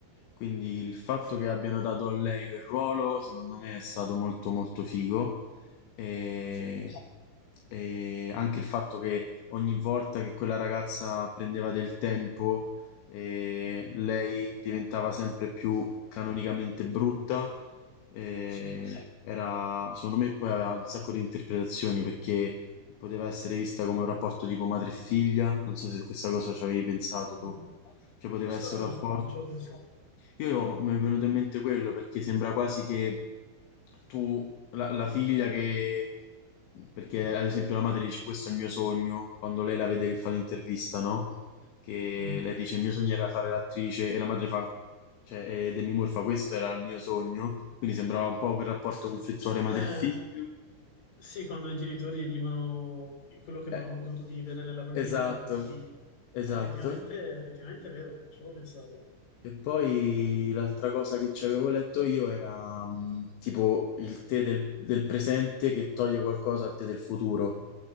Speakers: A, on the left; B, on the left.
A: Quindi il fatto che abbiano dato a lei quel ruolo, secondo me, è stato molto molto figo. E,
B: sì,
A: e anche il fatto che ogni volta che quella ragazza prendeva del tempo, eh, lei diventava sempre più canonicamente brutta. eh,
B: sì.
A: era, secondo me, poi aveva un sacco di interpretazioni perché poteva essere vista come un rapporto tipo madre e figlia, non so se questa cosa ci avevi pensato tu,
B: Mm.
A: cioè poteva
B: Questo
A: essere
B: no,
A: un rapporto...
B: non ci avevo pensato.
A: Io mi è venuto in mente quello perché sembra quasi che tu, la, la figlia che... Perché ad esempio la madre dice questo è il mio sogno, quando lei la vede che fa l'intervista, no? Che
B: Mm.
A: lei dice il mio sogno era fare l'attrice e la madre fa, cioè e Demi Moore fa questo era il mio sogno, quindi sembrava un po' quel rapporto conflittuale madre-figlio.
B: Eh, sì, quando i genitori vivono quello che non
A: Eh,
B: hanno potuto vivere nella propria
A: esatto,
B: vita tramite i figli.
A: esatto.
B: È Effettivamente, effettivamente è vero, non ci avevo pensato.
A: E poi l'altra cosa che ci avevo letto io era mh, tipo il tè del, del presente che toglie qualcosa al tè del futuro.